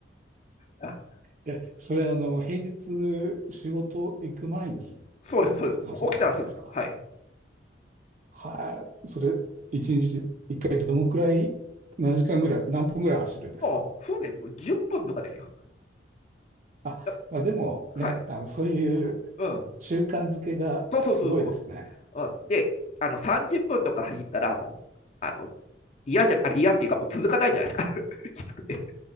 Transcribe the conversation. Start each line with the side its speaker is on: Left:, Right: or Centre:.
Left: <laughs> あ、
Right: え、それあの、平日仕事行く前に
Left: そうです、そうです。
Right: 走る感じですか
Left: もう起きたらすぐ、はい。
Right: はい。それ、一日一回どのくらい、何時間ぐらい、何分ぐらい走るんですか
Left: もう、船でもう10分とかですよ。
Right: あ、
Left: だ
Right: まあ、でもね、
Left: はい。
Right: あの、そういう
Left: うん。
Right: 習慣づけがすごいですね。
Left: そうそうそう。うん。うんで、あの、30分とか走ったら、もう、あの、嫌じゃ、あれ嫌っていうか、もう続かないじゃないですか。<laughs> きつくて。